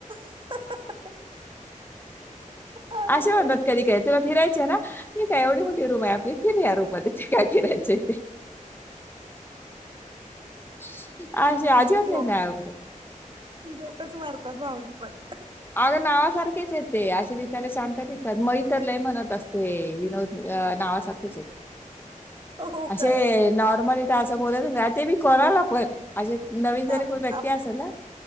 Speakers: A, on the right; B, on the left.
A: <unintelligible> अग
B: अशा
A: बाई
B: म्हणतात कधी काय तुम्हाला फिरायचेय ना, ठीकय एवढी मोठी रूम आहे आपली फिर या रूम मध्ये. काय फीरायचंय ते <unintelligible>
A: जोक जोकच मारतात भाऊजी पण.
B: अगं नावासारखेच येते असे दिसायला शांत दिसतात म इतर लय म्हणत अस ते विनोद नावासारखेच आहेत हो
A: हो
B: असे
A: काय
B: नॉर्मल असं बोलतच नाय ते बी कोणाला पण असे नवीन
A: थ
B: जरी कोण व्यक्ती
A: आप
B: असेल ना